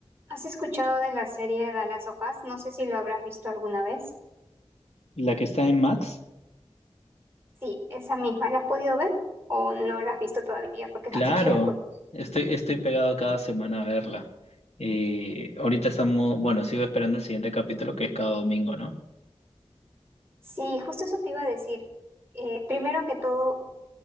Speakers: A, on the right; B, on the left.
A: ¿Has escuchado de la serie The Last of Us? No sé si lo habrás visto alguna vez.
B: La que está en Max,
A: Sí, esa misma. ¿La has podido ver o no la has visto todavía porque
B: claro,
A: no te quiero spoiler?
B: estoy, estoy pegado cada semana a verla. Y ahorita estamos, bueno, sigo esperando el siguiente capítulo que es cada domingo, ¿no?
A: Sí, justo eso te iba a decir. Eh, primero que todo,